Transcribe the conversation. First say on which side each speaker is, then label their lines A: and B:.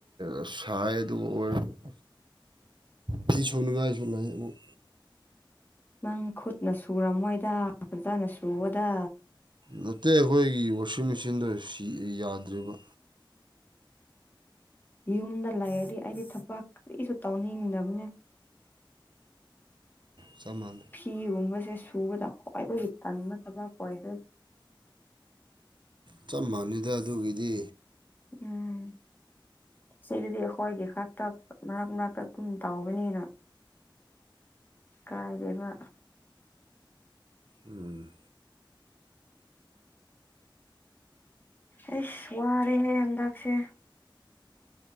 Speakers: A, on the right; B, on the left.
A: ꯑꯁ ꯁꯥꯏ ꯑꯗꯨ ꯑꯣꯏꯔꯁꯨ ꯑꯁ
B: <inaudible>
A: ꯐꯤꯁꯨꯅꯤꯡꯉꯥꯏꯁꯨ ꯂꯩ ꯑꯃꯨꯛ
B: ꯅꯪ ꯈꯨꯠꯅ ꯁꯨꯔꯝꯃꯣꯏꯗ ꯐꯖꯥꯅ ꯁꯨꯑꯣꯗꯥ
A: ꯅꯠꯇꯦ ꯑꯩꯈꯣꯏꯒꯤ ꯋꯥꯁꯤꯡ ꯃꯦꯁꯤꯟꯗꫭ ꯁꯤ ꯌꯥꯗ꯭ꯔꯦꯕ
B: ꯌꯨꯝꯗ ꯂꯩꯔꯗꯤ ꯑꯩꯗꯤ ꯊꯕꯥꯛ ꯀꯔꯤꯁꯨ ꯇꯧꯅꯤꯡꯗꯝꯅꯦ
A: ꯆꯞ ꯃꯥꯟ
B: ꯐꯤꯒꯨꯝꯕꯁꯦ ꯁꯨꯕꯗ ꯈ꯭ꯋꯥꯏꯗꯒꯤ ꯇꯟꯕ ꯊꯕꯥꯛ ꯑꯣꯏ
A: ꯆꯞ ꯃꯥꯅꯩꯗ ꯑꯗꯨꯒꯤꯗꯤ
B: ꯎꯝ ꯁꯤꯗꯗꯤ ꯑꯩꯈꯣꯏꯒꯤ ꯈꯛꯇ ꯃꯔꯛ ꯃꯔꯛꯇ ꯑꯗꯨꯨꯝ ꯇꯥꯎꯕꯅꯤꯅ ꯀꯥꯏꯗꯦꯗ
A: ꯎꯝ
B: ꯑꯩꯁ ꯋꯥꯔꯦ ꯍꯟꯗꯥꯛꯁꯦ